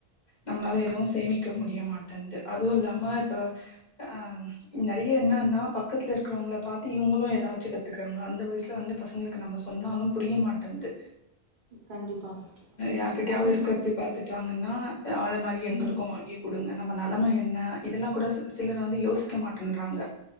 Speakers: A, on the left; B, on the right.
A: நம்மளால
B: ம்
A: எதுவு சேமி இருக்க முடிய மாட்டேன்து அதுவு இல்லாம இப்ப அ நெறைய என்னன்னா பக்கத்துல இருக்கிறவங்கள பாத்து இவங்களு ஏதாச்சு கத்துக்கறாங்க அந்த வயசுல வந்து பசங்களுக்கு நம்ம சொன்னாலு புரிய மாட்டேன்து
B: கண்டிப்பா
A: யாருகிட்டயாவது
B: அதுக்கு
A: இருக்கத பாத்துட்டாங்கன்னா அது மாரி எங்களுக்கு
B: ம்
A: வாங்கி கொடுங்க நம்ம நெலம என்ன இதெல்லா கூட சிலர் வந்து யோசிக்க மாட்டேன்றாங்க